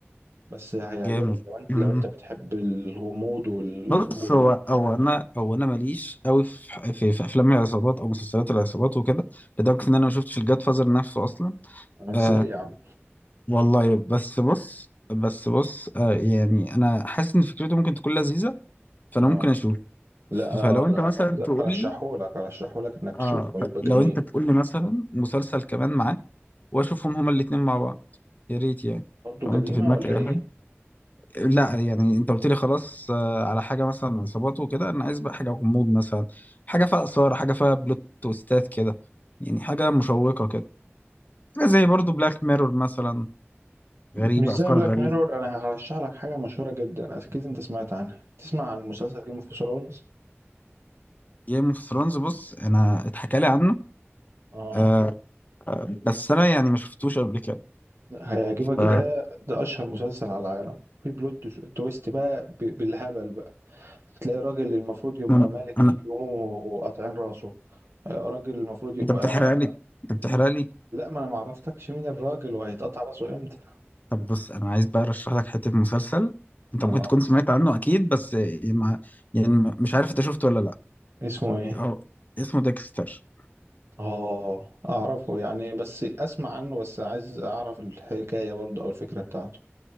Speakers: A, on the right; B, on the left.
A: بس هيعجبك
B: جامد
A: لو أنت
B: مم.
A: لو أنت بتحب الغموض وال,
B: بص
A: وال...
B: هو هو انا هو انا ماليش قوي في, في في افلام العصابات او مسلسلات العصابات وكده لدرجه ان انا ما شفتش الجاد فازر نفسه اصلا
A: إزاي
B: آه
A: يا عم
B: والله بس بص بس بص آه يعني انا حاسس ان فكرته ممكن تكون لذيذه فانا
A: آه
B: ممكن اشوف
A: لا لا
B: فلو انت
A: لا,
B: مثلا
A: لا
B: تقول
A: أرشحهولك
B: لي
A: أرشحهولك إنك
B: اه
A: تشوفه
B: ف-
A: يبقى جميل
B: لو انت تقول لي مثلا مسلسل كمان معاه واشوفهم هما الاثنين مع بعض يا ريت يعني
A: برضه
B: لو
A: جريمة
B: انت في دماغك
A: ولا
B: اي
A: إيه؟
B: حاجه مم. لا يعني انت قلت لي خلاص آه، على حاجه مثلا عصابات وكده انا عايز بقى حاجه غموض مثلا حاجه فيها اثاره حاجه فيها بلوت تويستات كده يعني حاجه مشوقه كده حاجه زي برضو بلاك ميرور مثلا غريبه
A: مش زي
B: افكار
A: بلاك
B: غريبه
A: ميرور انا هرشح لك حاجه مشهوره جدا اكيد انت سمعت عنها تسمع عن مسلسل جيم اوف ثرونز
B: جيم اوف ثرونز بص انا اتحكى لي عنه
A: اه
B: آه بس انا يعني ما شفتوش قبل كده
A: هيعجبك
B: ف
A: ده ده اشهر مسلسل على العالم في بلوت تش- تويست بقى ب- بالهبل بقى تلاقي راجل اللي المفروض يبقى
B: انا
A: ملك
B: انا
A: يقوموا قاطعين راسه آه، راجل المفروض يبقى
B: انت بتحرق لي انت بتحرق لي
A: لا ما انا ما عرفتكش مين الراجل وهيتقطع راسه امتى
B: طب بص انا عايز بقى ارشح لك حته مسلسل انت
A: اه
B: ممكن تكون سمعت عنه اكيد بس يعني ما- يعني مش عارف انت شفته ولا لا
A: اسمه ايه
B: هو اسمه ديكستر
A: اه اعرفه يعني بس اسمع عنه بس عايز اعرف الحكايه برضه او الفكره بتاعته